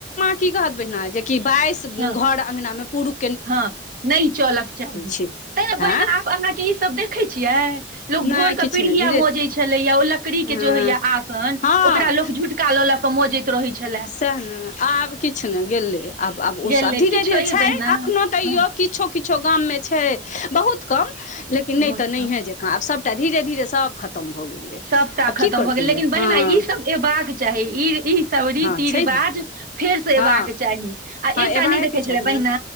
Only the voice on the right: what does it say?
हँ
हँ नहि चलक चाही
तैं
बहिने आब अहाँके ईसभ देखै छियै लोक
भोर क
पीढ़िया
मजै छलैया ओल कड़ी के
जे होइया आगन
ओकरा लोक झुटका लऽ ल मौजैत रहे छले
गेल
किछु
होइये
बहिना
हँ
बहुत
कम
सभटा
खतम
भऽ गेल लेकिन
बहिना
ईसभ अयबाक चाही ई ई सब रीति
रिवाज फेरसँ अयबाक
चाही आ
एकटा
नहि देखै छलै
बहिना